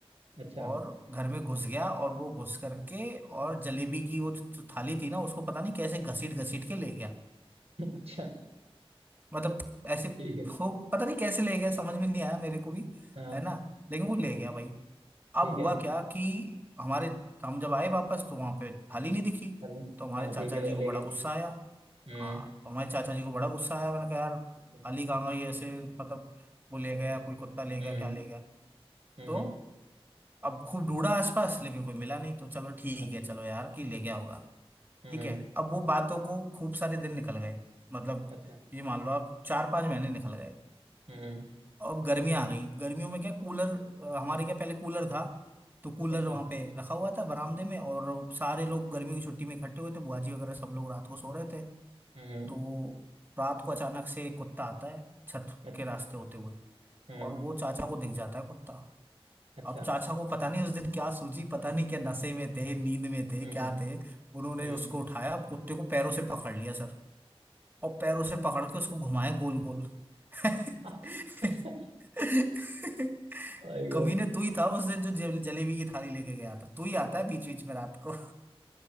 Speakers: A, on the right (about 80°); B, on the right (about 20°).
A: अच्छा
B: और घर में घुस गया और वो घुस करके और जलेबी की वो जो थाली थी ना उसको पता नहीं कैसे घसीट घसीट के ले गया
A: <laughs> अच्छा
B: मतलब ऐसे
A: ठीक है
B: वो पता नहीं कैसे ले गया समझ में नहीं आया मेरे को भी
A: हाँ
B: है ना लेकिन वो ले गया भाई अब
A: ठीक
B: हुआ
A: है
B: क्या कि हमारे हम जब आए वापस तो वहां पे थाली नहीं दिखी
A: हल-
B: तो हमारे
A: हाँ
B: चाचा
A: ठीक है
B: जी
A: वो लेके
B: को बड़ा गुस्सा आया
A: हम्म
B: हाँ तो हमारे चाचा जी को बड़ा गुस्सा आया मैंने कहा यार
A: अच्छा,
B: थाली कहाँ गई ऐसे मतलब वो ले गया कोई कुत्ता ले
A: हम्म
B: गया क्या ले गया
A: हम्म
B: तो
A: हम्म,
B: अब खूब ढूंढा आसपास लेकिन कोई मिला नहीं तो चलो ठीक
A: अच्छा
B: है चलो यार कि ले गया होगा
A: हम्म
B: ठीक
A: हम्म,
B: है अब वो बातों को खूब सारे दिन निकल गए मतलब
A: अच्छा
B: ये मान लो आप चार पांच महीने निकल गए
A: हम्म
B: अब गर्मियां आ गई गर्मियों में क्या कूलर अ, हमारे क्या पहले कूलर था तो कूलर
A: अच्छा
B: वहां पे रखा हुआ था बरामदे में और सारे लोग गर्मी की छुट्टी में इकट्ठे हुए थे बुआ जी वगैरह सब लोग रात को सो रहे थे
A: हम्म हम्म,
B: तो रात को अचानक से कुत्ता आता है छत
A: अच्छा
B: के रास्ते होते हुए
A: हम्म
B: और वो चाचा को दिख जाता है कुत्ता
A: अच्छा
B: अब चाचा को पता नहीं उस दिन क्या सूझी पता नहीं क्या नशे में थे नींद में थे
A: हम्म
B: क्या थे उन्होंने
A: हम्म
B: उसको उठाया कुत्ते को पैरों से पकड़ लिया सर और पैरों से पकड़ के उसको घुमाए गोल गोल <laughs>
A: <laughs> अच्छा माय गॉड
B: कमीने तू ही था उस दिन जो जल- जलेबी की थाली लेके गया था तू ही आता है बीच बीच में रात को